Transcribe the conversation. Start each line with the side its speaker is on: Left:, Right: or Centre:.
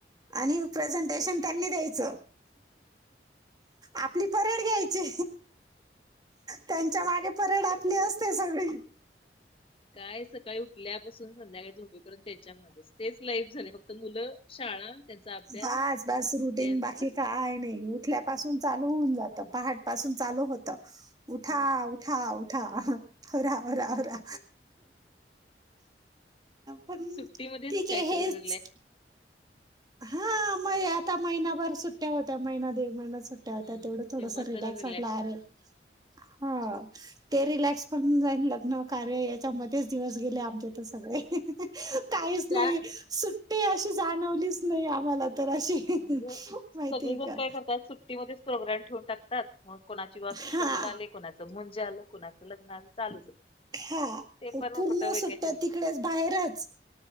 Right: आणि प्रेझंटेशन त्यांनी द्यायचं आपली परड घ्यायची त्यांच्या मागे परेड आपली असते सगळी.
Left: काय सकाळी उठल्यापासून संध्याकाळी झोपेपर्यंत त्यांच्या मागेच तेच लाईफ झाले फक्त मुलं शाळा त्यांचा अभ्यास
Right: बास बास रुटिंग
Left: त्यांच
Right: बाकी काय नाही उठल्यापासून चालू होऊन जात पहाट पासून चालू होत उठा
Left: हम्म
Right: उठा उठा आवरा आवरा आवरा. पण
Left: सुट्टीमध्येच
Right: ठीक
Left: काहीतरी
Right: आहे हेच
Left: जरा रीलक्स
Right: हा मय आता महिनाभर सुट्ट्या होत्या महिना दीड महिन सुट्ट्या होत्या
Left: हम्म
Right: तेवढं थोड
Left: तेव्हाच
Right: रिलॅक्स
Left: जरा
Right: वाटला
Left: मिळत.
Right: आरे हा ते रिलॅक्स पण जाईल लग्न कार्य याच्यामध्ये. तेच दिवस गेले आमच्यात तर सगळे काहीच
Left: त्या
Right: नाही सुट्टी अशी जाणवलीच नाही आम्हाला तर अशी
Left: म्हणजे सगळेजण
Right: माहिती आहे का.
Left: काय करतात सुट्टीमध्येच प्रोग्राम ठेवून टाकतातग मग कोणाची वास्तू
Right: हा
Left: शांत आली, कोणाचं मुंज आलं, कोणाचं लग्न आलं चालूच
Right: हा
Left: ते
Right: पूर्ण
Left: पण कुठं वेकेशन
Right: सुट्या तिकडेच बाहेरच.